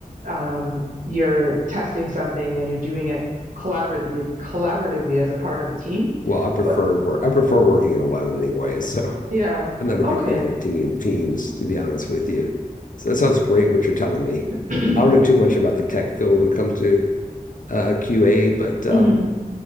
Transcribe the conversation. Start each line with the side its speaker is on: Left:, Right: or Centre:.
Right: um, you're testing something and you're doing it collaboratively, collaboratively as a part of a team.
Left: Well, I prefer
Right: But
Left: work. I prefer working alone anyway, so <laughs>
Right: yeah,
Left: I'm not a
Right: okay.
Left: big fan of team teams, to be honest with you. So that sounds great what you're telling me.
Right: <clears throat>
Left: I don't know too much about the tech field when it comes to uh, QA, but um,
Right: hmm